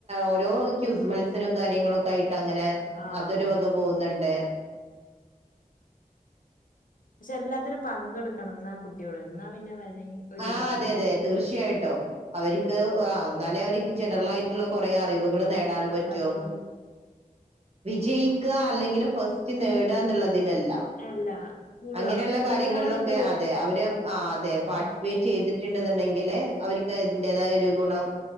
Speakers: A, on the right (about 45°); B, on the left (about 70°).
A: ഓരോ ക്യൂസ് മത്സരവും കാര്യങ്ങളും ഒക്കെ ആയിട്ട് അങ്ങനെ
B: ആഹ്
A: അതൊരു വക പോകുന്നുണ്ട്
B: പക്ഷെ എല്ലാത്തിനും പങ്കെടുക്കണം എന്നാ കുട്ടിയോട് എന്നാ പിന്നെ ഒരിതാണ്
A: ആ അതെ അതെ തീർച്ചയായിട്ടും അവർക്ക് ആന്നാല അവ ജനറൽ ആയിട്ടുള്ള കുറെ അറിവുകൾ നേടാനും പറ്റും
B: അറിവുകൾ
A: ജയിക്കുക അല്ലെങ്കിൽ ഫസ്റ്റ് നേടുക എന്നുള്ളത് തിലല്ല
B: അല്ല കൂടുക
A: അങ്ങനെയുള്ള
B: കൂടുകന്നുണ്ടതൊരു
A: കാര്യങ്ങളിലൊക്കെ അതെ അവര് ആ അതേ പാർട്ട് വെയിറ്റ് ചെയ്തിട്ടുണ്ടെന്നുണ്ടെങ്കില് അവർക്ക് അതിന്റേതായ ഒരു ഗുണം